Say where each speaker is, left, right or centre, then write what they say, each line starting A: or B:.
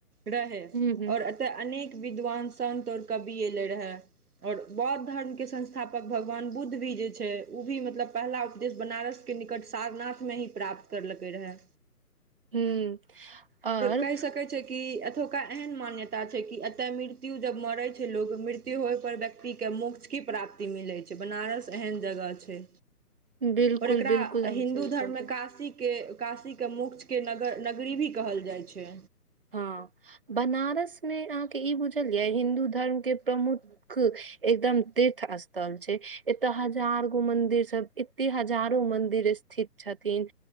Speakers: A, on the right (about 65°); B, on the right (about 35°).
A: रहै
B: हूँ हूँ
A: और अतऽ अनेक विद्वान संन्त और कवि एले रहा और बौद्ध धर्म के संस्थापक भ गवान बुद्ध भी जे छै उ भी मतलब पहला उपदेश बनारस के निकटस तारनाथमे ही प्राप्त करलकै रहा।
B: हू और
A: कहि सकै छै कि एतुका एहन मान्यता छै कि एतय मृत्यु जब मरै छै लोग मृत्यु होय पर व्यक्तिके मोक्ष की प्राप्ति मिलै छै बनारस एहन जगह छै।
B: बिल्कुल
A: और एकरा
B: बिल्कुल हम
A: हिन्दू
B: सही कहलियै
A: धर्म मे काशी के काशीके मोकक्षके नगर नगरी भी कहल जाइ छै।
B: हँ बनारसमे अहाँके ई बुझल या हिन्दू धर्मके प्रमुख एकदम तीर्थ स्थल छै एतय हजार गो मंदिर सब एते हजारो मंदिर स्थित छथिन